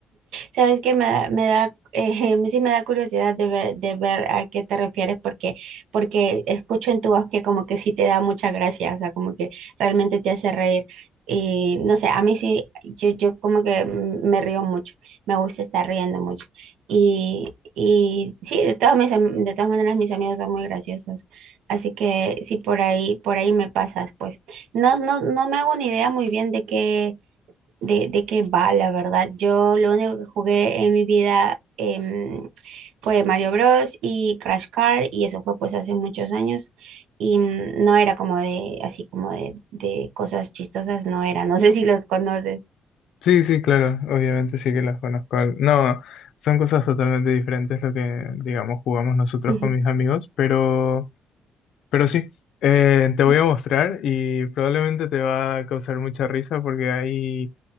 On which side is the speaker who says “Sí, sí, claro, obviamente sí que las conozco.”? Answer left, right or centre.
Left